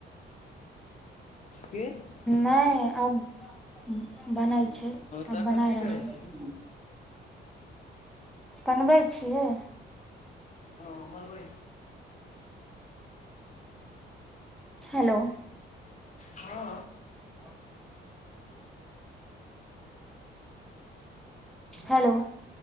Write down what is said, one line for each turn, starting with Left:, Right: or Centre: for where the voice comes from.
Left: की ओ
Centre: नहि अब हू बनै छै
Left: तऽ
Centre: आब
Left: एखन
Centre: बनाय
Left: की
Centre: रहलू
Left: करै छी
Centre: बनबै छियै
Left: ओ भलब
Centre: हेलो
Left: हँ
Centre: ओ हेलो